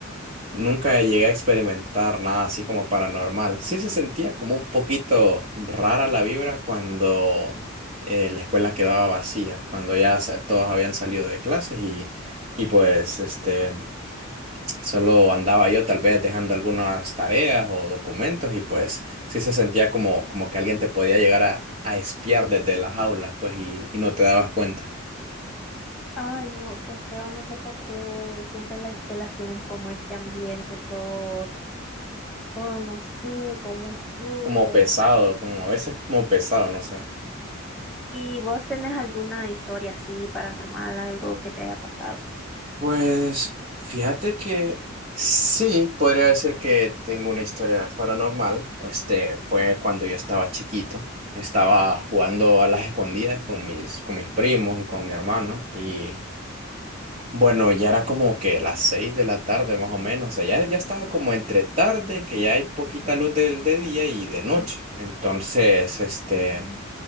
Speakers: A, on the right; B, in the centre.
A: Nunca llegué a experimentar nada así como paranormal. Sí se sentía como un poquito rara la vibra cuando eh, la escuela quedaba vacía, cuando ya sa- todos habían salido de clases y, y pues este, solo andaba yo tal vez dejando algunas tareas o documentos y pues sí se sentía como, como que alguien te podía llegar a, a espiar desde las aulas pues y, y no te dabas cuenta.
B: ay no, qué feo, no sé por qué siempre las escuelas tienen como este ambiente todo, todo no sé, como oscuro.
A: Como pesado,
B: así.
A: como a veces como pesado, no sé.
B: ¿Y vos tenés alguna historia así paranormal, algo que te haya pasado?
A: Pues fíjate que sí, podría decir que tengo una historia paranormal. Este fue cuando yo estaba chiquito. Estaba jugando a las escondidas con mis, con mis primos y con mi hermano. Y bueno, ya era como que las seis de la tarde más o menos. O sea, ya, ya estaba como entre tarde, que ya hay poquita luz de, de día y de noche. Entonces, este,